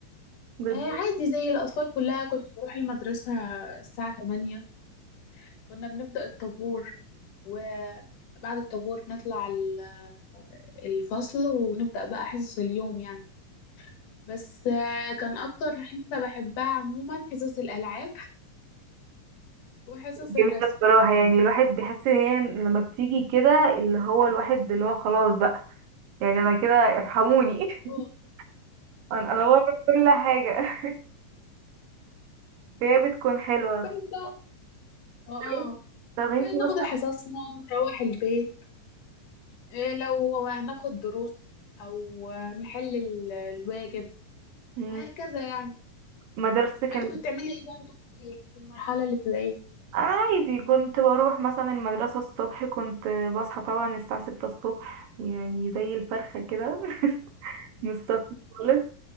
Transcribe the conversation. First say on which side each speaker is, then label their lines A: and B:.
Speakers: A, on the right (about 85°); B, on the left (about 70°).
A: بالظبط
B: آه عادي زي الأطفال كلها كنت بروح المدرسة الساعة 8 كنا بنبدأ الطابور وبعد الطابور نطلع ال- الفصل ونبدأ بقى حصص اليوم يعني بس آه كان أكتر حصة بحبها عموما حصص الألعاب وحصص
A: جميلة
B: الرسم
A: بصراحة يعني الواحد بيحس ان هي لما بتيجي كده اللي هو الواحد اللي هو خلاص بقى يعني انا كده ارحموني <laughs>
B: اه.
A: انا انا بره كل حاجه <laughs> فهي بتكون حلوه
B: بس بقى اه
A: طب انت- طب انتي
B: وناخد
A: مثلا
B: حصصنا نروح البيت إيه لو هناخد دروس او نحل ال- الواجب
A: مم،
B: وهكذا يعني
A: مدرستك كانت
B: انت كنت
A: إيه؟
B: بتعملي ايه برضه في في المرحله الابتدائيه
A: انا عادي كنت بروح مثلا المدرسه الصبح كنت بصحى طبعا الساعه 6 الصبح يعني زي الفرخه كده <laughs> من الصبح خالص